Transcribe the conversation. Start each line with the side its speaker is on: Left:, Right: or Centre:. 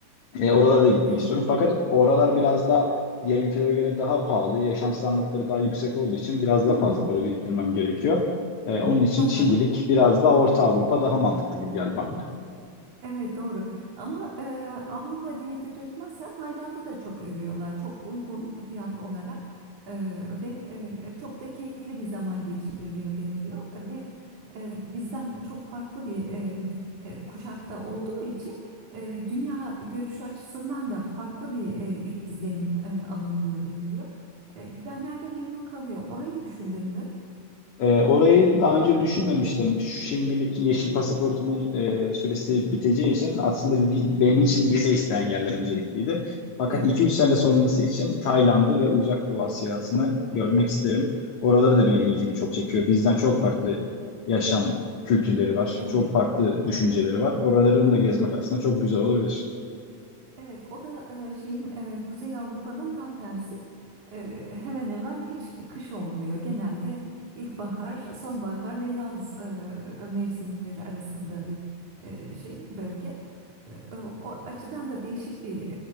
Left: e, oralara da gitmek
Right: Evet.
Left: istiyorum. Fakat oralar biraz da diğer ülkelere göre daha pahalı, yaşam standartları daha yüksek olduğu için biraz
Right: Hmm.
Left: daha fazla para biriktirmem gerekiyor. E, onun için
Right: haha,
Left: şimdilik biraz da Orta Avrupa daha mantıklı gibi geldi bana.
Right: Evet doğru ama e, Avrupa diye diretmezsen Tayland'ı da çok övüyorlar çok uygun fiyat olarak E, ve e, çok da keyifli bir zaman geçiriliyor deniliyor ve e, bizden çok farklı bir e, e, kuşakta olduğu için e, dünya görüşü açısından da farklı bir e, izlenim e, alınılıyor deniliyor. E, gidenler de memnun kalıyor orayı düşündün mü?
Left: Ee, orayı daha önce düşünmemiştim. Şimdilik yeşil pasaportumun e, süresi biteceği için aslında vi- benim
Right: Evet.
Left: için vize isteyen yerler öncelikliydi. Fakat
Right: Evet.
Left: 2-3 sene sonrası
Right: Heh,
Left: için Tayland'ı ve Uzak Doğu Asyasını görmek isterim. Oraları da benim ilgimi çok çekiyor. Bizden çok farklı yaşam kültürleri var.
Right: Evet.
Left: Çok farklı düşünceleri var. Oralarını da gezmek aslında çok güzel olabilir.
Right: Evet, o da e, şeyin e, Kuzey Avrupa'nın tam tersi. E, hemen hemen hiç kış olmuyor. Genelde ilkbahar, sonbahar ve yaz e, mevsimleri arasında bir e, şey bölge. E, o açıdan da değişik bir